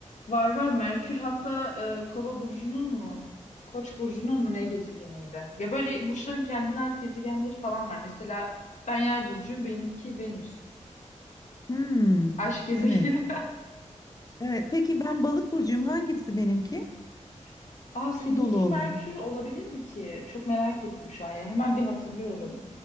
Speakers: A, on the left (about 70°); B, on the left (about 30°).
A: Var var Merkür hatta e, Kova burcunun mu? Koç burcunun mu ne gezegeniydi? Ya böyle burçların kendine ait gezegenleri falan var. Mesela ben Yay burcuyum benimki Venüs.
B: Hmm,
A: Aşk gezegeni.
B: evet. Evet. Peki ben balık burcuyum. Hangisi benimki?
A: <laughs> Aa
B: Su
A: seninki
B: dolu olan.
A: Merkür olabilir mi ki? Çok merak ettim şu an ya. Hemen bir hatırlıyorum.